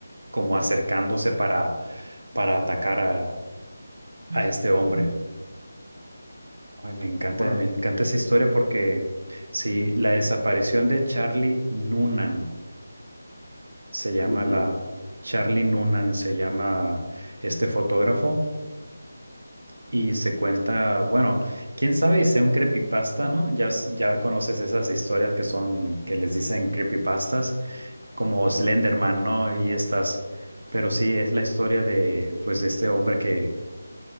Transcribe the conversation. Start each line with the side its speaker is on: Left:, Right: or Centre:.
Right: como acercándose para, para atacar a, a este hombre. Ay, me encanta,
Left: Órale,
Right: me encanta esa historia porque sí, la desaparición de Charlie Noonan se llama
Left: perdí mi
Right: la
Left: una.
Right: Charlie Noonan se llama este fotógrafo y se cuenta, bueno, quién sabe, y sea un
Left: Hola.
Right: creepypasta, ¿no? Ya, s- ya conoces esas historias que son, que les dicen creepypastas, como Slenderman,
Left: Sí,
Right: ¿no? Y estas, pero sí, es la historia de, pues, de este hombre que